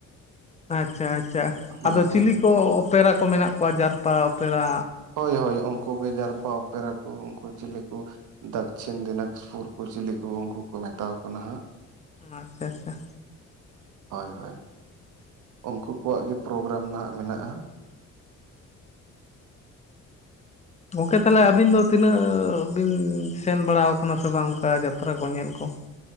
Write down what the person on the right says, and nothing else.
ᱦᱳᱭ
ᱦᱳᱭ
ᱦᱳᱭ ᱦᱳᱭ ᱩᱱᱠᱩ ᱜᱮ ᱡᱟᱨᱯᱟ ᱚᱯᱮᱨᱟ ᱠᱚ ᱩᱱᱠᱩ ᱪᱤᱞᱤ ᱠᱚ ᱫᱚᱠᱠᱷᱤᱱ ᱫᱤᱱᱟᱡᱽᱯᱩᱨ ᱠᱚ ᱪᱤᱞᱤ ᱠᱚ ᱩᱱᱠᱩ ᱠᱚ ᱢᱮᱛᱟᱣ ᱠᱚ ᱦᱟᱸᱜ
ᱦᱳᱭ ᱦᱳᱭ ᱩᱝᱠᱳ ᱠᱚᱣᱟᱜ ᱜᱮ ᱯᱨᱳᱜᱨᱟᱢ ᱱᱟᱸᱜ ᱢᱮᱱᱟᱜ-ᱟ